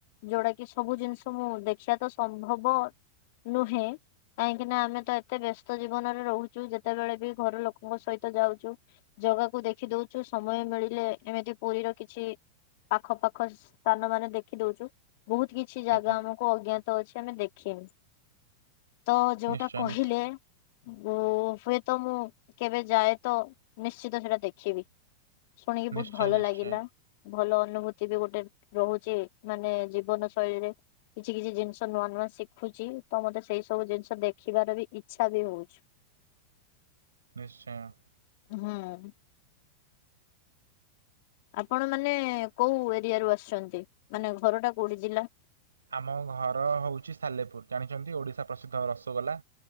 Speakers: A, on the left; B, on the right.
A: ଯୋଉଟା କି ସବୁ ଜିନିଷ ମୁଁ ଦେଖିବା ତ ସମ୍ଭବ ନୁହେଁ କାହିଁକି ନା ଆମେ ତ ଏତେ ବ୍ୟସ୍ତ ଜୀବନରେ ରହୁଛୁ ଯେତେବେଳେ ବି ଘର ଲୋକଙ୍କ ସହିତ ଯାଉଛୁ ଜାଗାକୁ ଦେଖି ଦଉଛୁ ସମୟ ମିଳିଲେ ଏମିତି ପୁରୀର କିଛି ପାଖ ପାଖ ସ୍ଥାନ ମାନେ ଦେଖି ଦଉଛୁ। ବହୁତ କିଛି ଜାଗା
B: ଆଜ୍ଞା
A: ଆମକୁ ଅଜ୍ଞ‌ା ତ ଅଛି ଆମେ ଦେଖିନୁ। ତ ଯୋଉଟା
B: ନିଶ୍ଚୟ
A: କହିଲେ
B: ନିଶ୍ଚୟ
A: ଓ <inaudible> ତ ମୁଁ କେବେ ଯାଏ ତ ନିଶ୍ଚିତ ସେଇଟା ଦେଖିବି। ଶୁଣିକି
B: ନିଶ୍ଚୟ
A: ବହୁତ ଭଲ
B: ନିଶ୍ଚୟ
A: ଲାଗିଲା। ଭଲ ଅନୁଭୂତି ବି ଗୋଟେ ରହୁଛି ମାନେ ଜୀବନ ଶୈଳୀରେ କିଛି କିଛି ଜିନିଷ ନୂଆ ନୂଆ ଶିଖୁଛି ତ ମତେ ସେଇ ସବୁ ଜିନିଷ ଦେଖିବାର ବି ଇଛା ବି ହଉଛି।
B: ନିଶ୍ଚୟ।
A: ହଁ। ଆପଣ ମାନେ କୋଉ ଏରିଆରୁ ଆସୁଛନ୍ତି ମାନେ ଘର ଟା କୋଉଠି ଜିଲ୍ଲା
B: ଆମ ଘର ହଉଛି ସାଲେପୁର ଜାଣିଛନ୍ତି ଓଡିଶା ପ୍ରସିଦ୍ଧ ରସଗୋଲା